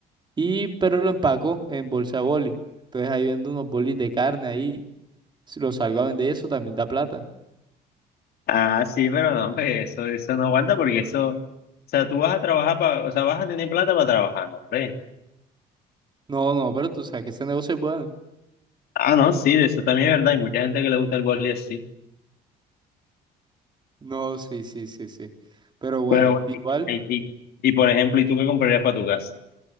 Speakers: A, on the right; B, on the left.
A: Y, pero lo empaco en bolsa de boli. Entonces ahí vendo unos bolis de carne ahí. Si lo salgo a vender, eso también da plata.
B: Ah, sí, pero no, pues eso, eso no aguanta porque eso, o sea, tú vas a trabajar para, o sea, vas a tener plata para trabajar, no, hombre.
A: No, no, pero tú sabes que ese negocio es bueno.
B: Ah, no, sí, de eso también es verdad, hay mucha gente que le gusta el boli así,
A: No, sí, sí, sí, sí. Pero bueno,
B: pero bueno,
A: igual,
B: y, y, y, por ejemplo, ¿y tú qué comprarías para tu casa?